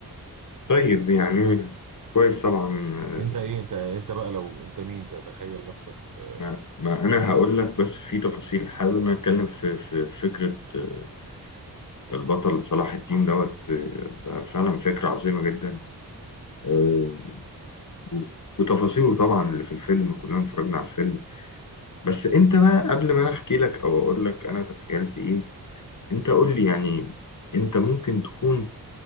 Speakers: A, on the left; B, on the right.
A: طيب يعني كويس طبعا آه،
B: انت ايه انت انت بقى لو انت مين تتخيل نفسك في
A: ما, ما انا هقول لك بس في تفاصيل حابب إن أنا اتكلم في في فكره آه، البطل صلاح الدين دوت آه، ده فعلا فكره عظيمه جدا آه، و- وتفاصيله طبعا اللي في الفيلم كلنا اتفرجنا على الفيلم بس انت بقى قبل ما انا احكي لك او اقول لك انا تخيلت ايه انت قول لي يعني انت ممكن تكون